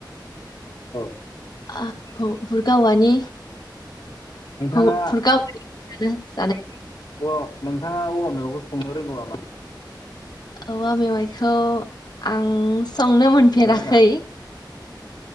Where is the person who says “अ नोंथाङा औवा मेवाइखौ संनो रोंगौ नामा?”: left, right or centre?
Left